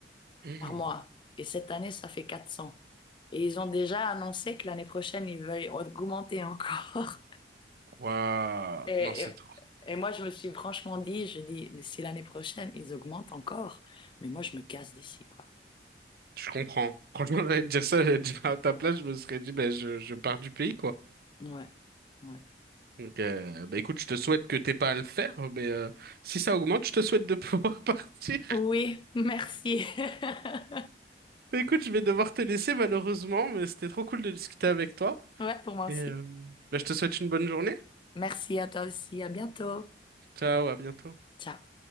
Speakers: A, on the right; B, on the left.
A: Mmh.
B: par mois. Et cette année, ça fait 400. Et ils ont déjà annoncé que l'année prochaine, ils veulent augmenter encore.
A: Waouh.
B: Et,
A: Non, c'est trop.
B: et, et moi, je me suis franchement dit, je dis, mais si l'année prochaine, ils augmentent encore, mais moi, je me casse d'ici, quoi.
A: Je comprends. Franchement, j'allais te dire ça, j'allais te dire à ta place, je me serais dit ben je, je pars du pays quoi.
B: Ouais, ouais.
A: Donc euh, bah écoute, je te souhaite que t'aies pas à le faire, mais euh, si ça augmente, je te souhaite de pouvoir <laughs> partir.
B: Oui, merci. <laughs>
A: Bah, écoute, je vais devoir te laisser malheureusement, mais c'était trop cool de discuter avec toi.
B: Ouais, pour moi
A: Et
B: aussi.
A: euh, bah, je te souhaite une bonne journée.
B: Merci à toi aussi. À bientôt.
A: Ciao, à bientôt.
B: Ciao.